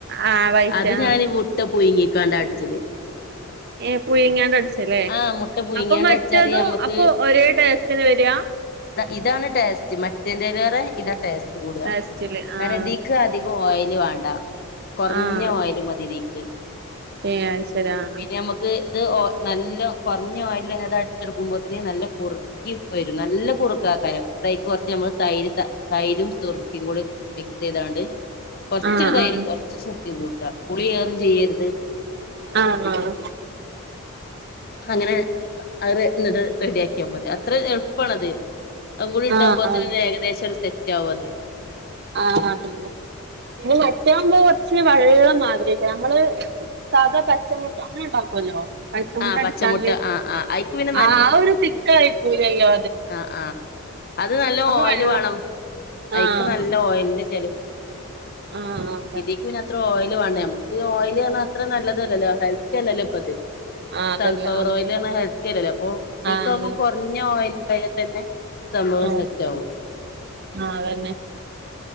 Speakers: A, on the right (about 50°); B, on the left (about 45°).
A: ആഹ് വൈറ്റാ
B: അത് ഞാന് മുട്ട പുയങ്ങിക്കാണ്ട അടിച്ചല്.
A: ഏ പുയിങ്ങയാണ്ട അടിച്ചല്ലേ
B: ആഹ് മുട്ട പുഴുങ്ങിയാണ്ട്
A: അപ്പൊ മറ്റതും
B: അടിച്ചാല് നമ്മക്ക്
A: അപ്പൊ ഒരേ ടേസ്റ്റ് ന്നെവര
B: ഇതാണ് ടേസ്റ്റ് മറ്റേന്തലേറെ ഇതാ ടേസ്റ്റ് കൂട
A: ടേസ്റ്റില്
B: കാരണം
A: ആഹ്
B: ദീ ക്ക് അധികം ഓയിയില് വേണ്ട കൊറഞ്ഞ
A: ആഹ്
B: ഓയില് മതി ദീക്ക്
A: ഏഹ് അത് ശരി ആഹ്
B: പിന്നെ നമക്ക്. അത് നല്ല കൊറഞ്ഞ ഓയിലന്നെ അത് അടിച്ചെടുക്കുമ്പോത്ത്ന് നല്ല കുറ് കിം വരും നല്ല കുറുക്ക ആക്കാരംന്നട്ട് അയിക്ക് കൊറച്ച് നമ്മൾ തൈര് തൈരും സുറുക്കി കൂടി ചെയ്യ്താണ്ട് കൊറച്ചൊരു
A: ആഹ്
B: തൈരും കൊറച്ച് സുർക്കിം കൂട്ട പുളിയേറും ചെയ്യരുത്.
A: ആഹ് ആഹ്
B: അങ്ങനെ അവര് ന്നിട്ട് റെഡി ആക്കിയൽ മതി അത്ര എളുപ്പണത് അതും കൂടി ഇട്ടാകുമ്പോത്തിന്
A: ആഹ് ആഹ്
B: ഏകദേശം ഒരു സെറ്റ് ആകും അത്
A: ആഹ് ആഹ് പിന്നെ പിന്നെ മറ്റാവുമ്പോ കൊറച്ച് വള്ള മാതിരി ആക്കാരം നമ്മള് സാത പച്ചമുട്ട അങ്ങനെ ഉണ്ടാക്കുല്ലോ പച്ചമുട്ട
B: ആ
A: അടിച്ചാണ്ട്
B: പച്ചമുട്ട ആ ആ അയ്ക്ക് പിന്നെ
A: ആഹ് ആതൊരു തിക്ക ആയിക്കൂലല്ലോ
B: ആഹ് ആഹ് അത് നല്ല ഓയിൽ
A: വെള്ളം
B: വാണം
A: ആഹ്
B: ഐക്ക് നല്ല ഓയിലിന്റെ ചെിലവ
A: ആഹ് അതന്നെ
B: ഇതീക്ക് പിന്നെ അത്ര ഓയില് വേണ്ട നമുക്ക് ഓയില് പറഞ്ഞ അത്ര നല്ലതല്ലല്ലോ ഹെൽത്തി അല്ലല്ലോ ഇപ്പ അത്
A: ആഹ് അതല്ല
B: സൺഫ്ലവർ
A: ആഹ്
B: ഓയിൽപറഞ്ഞ ഹെൽത്തി അല്ലല്ലോ അപ്പൊ ഇതിക്കവുമ്പോ
A: ആഹ് അതന്നെ
B: കൊറഞ്ഞ ഓയിൽ ഉണ്ടായാൽ തന്നെ സഭവം
A: ആഹ്
B: സെറ്റാവും
A: ആഹ് അതന്നെ